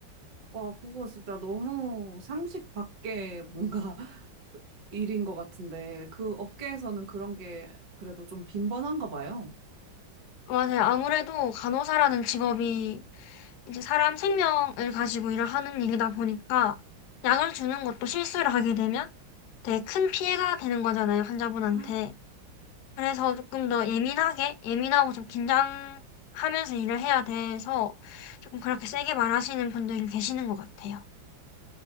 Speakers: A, on the right; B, on the left.
A: 와, 그거 진짜 너무 상식 밖에 뭔가 <laughs> 일인 것 같은데, 그 업계에서는 그런 게 그래도 좀 빈번한가 봐요.
B: 맞아요. 아무래도 간호사라는 직업이 이제 사람 생명을 가지고 일을 하는 일이다 보니까 약을 주는 것도 실수를 하게 되면 되게 큰 피해가 되는 거잖아요, 환자분한테.
A: 아,
B: 그래서 조금 더 예민하게, 예민하고 좀 긴장하면서 일을 해야 돼서 조금 그렇게 세게 말하시는 분들이 계시는 것 같아요.